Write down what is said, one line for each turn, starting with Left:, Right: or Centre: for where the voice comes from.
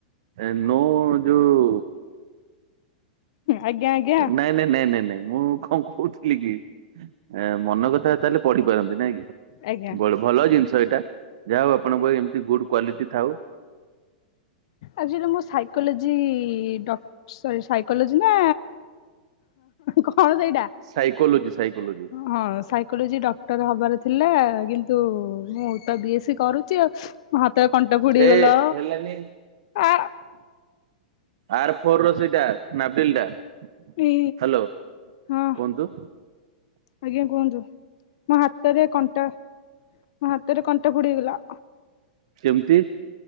Right: ଏ ନୋ ଯୋଉ
Left: ଆଜ୍ଞା ଆଜ୍ଞା
Right: ନାଇଁ- ନାଇଁ -ନାଇଁ -ନାଇଁ- ନାଇଁ ମୁଁ କଣ କହୁଥିଲି କି। ଏ ମନ କଥା ତାହେଲେ ପଢି଼ ପାରନ୍ତି ନାଇଁ କି?
Left: ଆଜ୍ଞା
Right: ଭଲ ଜିନିଷ ଏଇଟା। ଯାହାଉ ଆପଣଙ୍କ ପାଇଁ ଏମିତି ଗୁଡ୍ କ୍ଵାଲିଟି ଥାଉ।
Left: ଆଚୁଆଲି ମୁଁ ସାଇକୋଲୋଜି ଡ ସରି ସାଇକୋଲୋଜି ନା କଣ ସେଇଟା?
Right: ସାଇକୋଲୋଜି ସାଇକୋଲୋଜି
Left: ହଁ ସାଇକୋଲୋଜି ଡ ଟର ହବାର ଥିଲା କିନ୍ତୁ, ମୁଁ ତ ବି ଏ ସି କରୁଛି ଆଉ। ମୋ ହାତରେ କଣ୍ଟା ଫୁଡି଼ ହେଇଗଲା।
Right: ଏ ହେଲାନି
Left: ଆ
Right: ଆର ଫୋର୍ ର ସେଇଟା ନାଭିଲ୍ ଟା ହ୍ୟାଲୋ
Left: ଇ ହଁ
Right: କୁହନ୍ତୁ।
Left: ଆଜ୍ଞା କୁହନ୍ତୁ। ମୋ ହାତରେ କଣ୍ଟା ମୋ ହାତରେ କଣ୍ଟା ଫୁଡି଼ିହେଇଗଲା।
Right: କେମିତି?